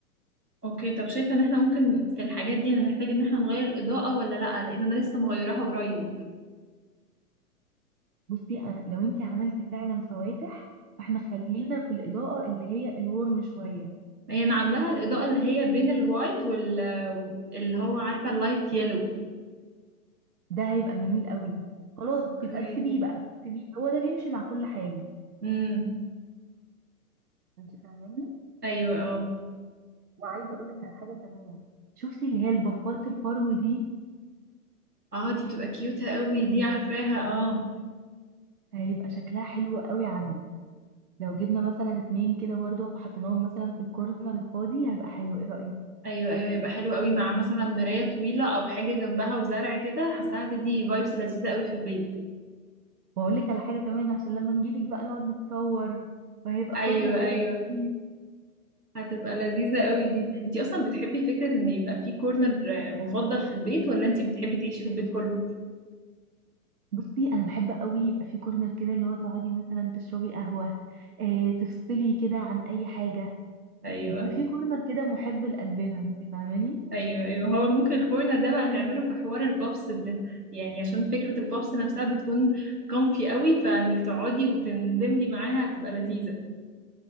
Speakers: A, on the right (about 80°); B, on the right (about 70°).
A: اوكي طب شايفه ان احنا ممكن في الحاجات دي هنحتاج ان احنا نغير الاضاءه ولا لا لان انا لسه مغيراها قريب
B: بصي أنا- لو انتي عملتي فعلا فواتح فاحنا خلينا في الاضاءه اللي هي الورم شويه
A: هي انا عاملاها الاضاءه اللي هي بين الوايت وال اللي هو عارفه اللايت يلو
B: ده هيبقى جميل قوي خلاص
A: اوكي
B: يبقى سيبيه بقى سيبيه هو ده بيمشي مع كل حاجه
A: امم
B: انت فاهماني
A: ايوه اه
B: وعايزه اقول لك على حاجه كمان شوفي اللي هي البفات الفرو دي
A: اه دي بتبقى كيوتة قوي دي عارفاها اه
B: هيبقى شكلها حلو قوي عندك لو جبنا مثلا اتنين كده برضو وحطيناهم مثلا في الكورنر الفاضي هيبقى حلو ايه رأيك
A: ايوه ايوه هيبقى حلو قوي مع مثلا مراية طويلة او حاجة جنبها وزرع كده حاساها هتدي فايبس لذيذة قوي في البيت
B: واقول لك على حاجة كمان عشان لما نجيلك بقى نقعد نتصور وهيبقى
A: ايوه
B: كورنر كده
A: ايوه
B: لطيف.
A: هتبقى لذيذة قوي دي انتي اصلا بتحبي فكرة ان يبقى في كورنر مفضل في البيت ولا انتي بتحبي تعيشي في البيت كله
B: بصي انا بحب قوي يبقى في كورنر كده اللي هو تقعدي مثلا تشربي قهوة اه تفصلي كده عن اي حاجة
A: ايوه
B: يبقى في كورنر كده محب لقلبنا انت فاهماني
A: ايوه ايوه هو ممكن الكورنر ده بقى نعمله في حوار البابس ده يعني عشان فكرة البابس نفسها بتكون كومفي قوي فانك تقعدي وتندمجي معاها هتبقى لذيذة